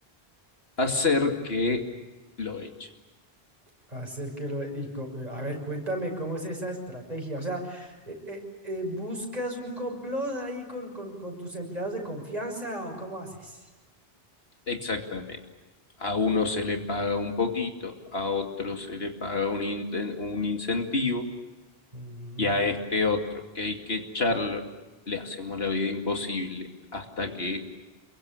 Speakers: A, on the left (about 75°); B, on the right (about 40°).
A: hacer que lo echen.
B: hacer que lo... Y, co- a ver, cuéntame cómo es esa estrategia. O sea, eh, eh, eh, ¿buscas un complot ahí con, con, con tus empleados de confianza o cómo haces?
A: Exactamente. A uno se le paga un poquito, a otro se le paga un, inten- un incentivo
B: Mm,
A: y a este otro que hay que echarlo, le hacemos la vida imposible hasta que